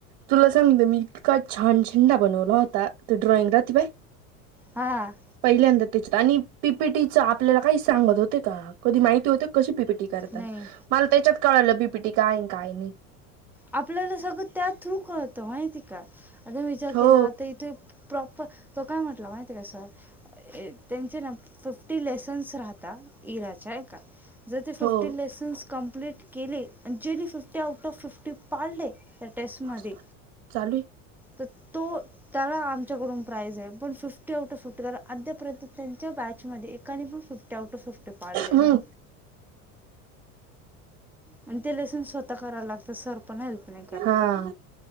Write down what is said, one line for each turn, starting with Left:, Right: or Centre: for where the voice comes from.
Right: तुला सांगते मी काय छान झेंडा बनवला होता तो ड्रॉइंग रहाते बाई
Centre: हा.
Right: पहिल्यांदा त्याच्यात आणि पी पी टी च आपल्याला काही सांगत होते का कधी माहिती होत कशी पी पी टी करतात.
Centre: नाही
Right: मला त्याच्यात कळालं पी पी टी काय आहे आणि काय नाय.
Centre: आपल्याला सगळं त्या थ्रू कळतं माहिती का आता विचार
Right: हो
Centre: केला आता इथे प्रॉपर तो काय म्हटला माहिती हाय का सर अह त्यांचे ना फिफ्टी लेसन्स राहता इराच्या हाय का. जर ते फिफ्टी
Right: हो
Centre: लेसन्स कंप्लीट केले आणि जेनी फिफ्टी आउट ऑफ फिफ्टी पाडले त्या टेस्टमध्ये,
Right: हॉटस्पॉट चालू
Centre: तर तो त्याला आमच्याकडून प्राईज आहे, पण फिफ्टी आउट ऑफ फिफ्टी कारण अद्यापर्यंत त्यांच्या बॅचमध्ये एकाने पण fifty fifty out of fifty पाडले
Right: आहे
Centre: नाही. आणि ते लेसन्स स्वत कराव लागतं सर पण हेल्प नाही करत
Right: हा.